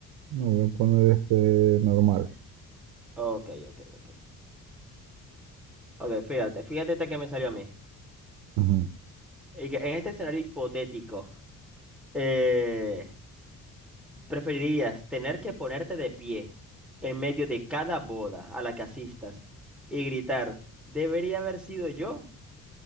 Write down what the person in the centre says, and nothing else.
Ok, ok, ok. Ok, fíjate, fíjate esta que me salió a mí.
Y que en este escenario hipotético, eh, preferirías tener que ponerte de pie en medio de cada boda a la que asistas y gritar, ¿debería haber sido yo?